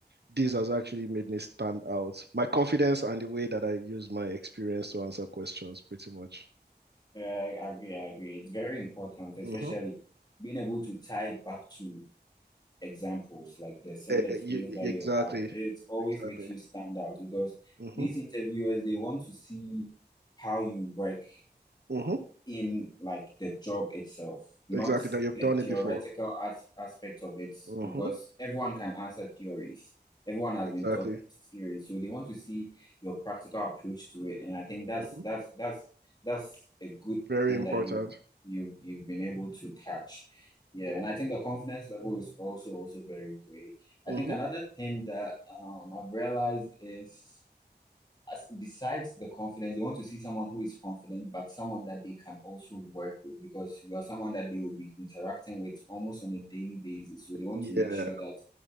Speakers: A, on the right; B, on the left.
A: this has actually made me stand out. My confidence and the way that I use my experience to answer questions, pretty much.
B: Uh, I agree, I agree. It's very important, especially
A: Mm-hmm.
B: being able to tie it back to examples like the similar
A: Exactly.
B: experience that you have. It always
A: Exactly.
B: makes you stand out because
A: Mm-hmm.
B: these interviewers they want to see how you work
A: Mm-hmm.
B: in like the job itself, not
A: Exactly, that you've
B: the
A: done it
B: theoretical
A: before.
B: as aspect of it,
A: Mm-hmm.
B: because everyone can answer theories. Everyone has
A: Exactly.
B: been taught theories, so they want to see your practical approach to it. And I think that's
A: Mm-hmm.
B: that's that's that's a good
A: Very
B: thing
A: important.
B: that you you you've been able to catch. Yeah, and I think the confidence level is also also very great.
A: Mm-hmm.
B: I think another thing that um, I've realized is as besides the confidence, they want to see someone who is confident, but someone that they can also work with because you are someone that they will be interacting with almost on a daily basis. So they want
A: Yeah.
B: to make sure that